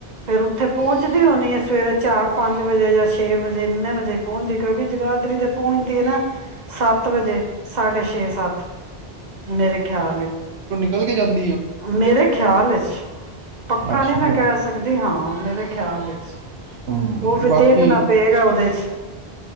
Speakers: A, on the right; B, on the right.
A: ਫੇਰ ਉੱਥੇ ਪਹੁੰਚਦੀ ਹੋਣੀ ਹੈ ਸਵੇਰੇ ਚਾਰ ਪੰਜ ਵਜੇ ਜਾਂ ਛੇ ਵਜੇ ਇੰਨੇ ਵਜੇ। ਪਹੁੰਚਦੀ ਕਿਉਂਕਿ ਜਗਾਦਰੀ ਤੇ ਪਹੁੰਚਦੀ ਹੈ ਨਾ ਸੱਤ ਵਜੇ ਸਾਡੇ ਛੇ ਸੱਤ ਮੇਰੇ ਖਿਆਲ ਵਿੱਚ
B: ਚਲ ਕੇ ਜਾਂਦਾ।
A: ਮੇਰੇ ਖਿਆਲ ਚ ਪੱਕਾ
B: ਅੱਛਾ
A: ਨਹੀਂੀ ਮੈਂ ਕਹਿ ਸਕਦੀ ਹਾਂ ਮੇ ਦੇ ਖਿਆਲ ਵਿੱਚ
B: ਹੂੰ
A: ਉਹ ਵੀ
B: ਬਾਕੀ
A: ਦੇਖਣਾ ਪਏਗਾ ਉਹਦੇ ਚ